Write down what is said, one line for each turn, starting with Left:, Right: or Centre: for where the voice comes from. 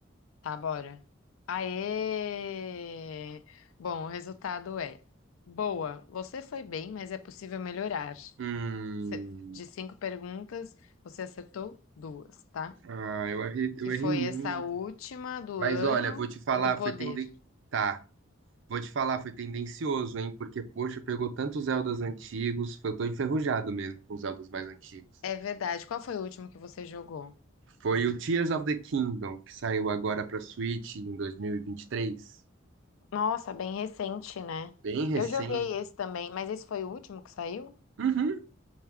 Left: Tá, bora. Aê! Bom, o resultado é: Boa, você foi bem, mas é possível melhorar.
Right: Hum,
Left: cê- de cinco perguntas, você acertou duas, tá?
Right: ah, eu errei,
Left: Que
Right: eu
Left: foi
Right: errei muito.
Left: essa última do
Right: Mas
Left: ano
Right: olha, vou te falar,
Left: e do poder.
Right: foi tenden... Tá, vou te falar, foi tendencioso, hein? Porque, poxa, pegou tantos Zeldas antigos, eu tô enferrujado mesmo com os Zeldas mais antigos.
Left: É verdade. Qual foi o último que você jogou?
Right: Foi o Tears of the Kingdom, que saiu agora pra Switch em 2023.
Left: Nossa, bem recente, né?
Right: Bem recente.
Left: Eu joguei esse também, mas esse foi o último que saiu?
Right: Uhum.